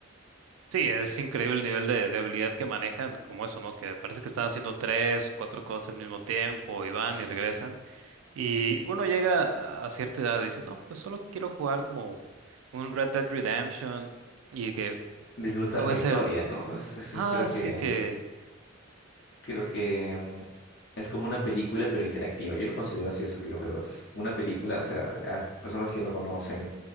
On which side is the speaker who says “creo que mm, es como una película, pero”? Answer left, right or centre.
Left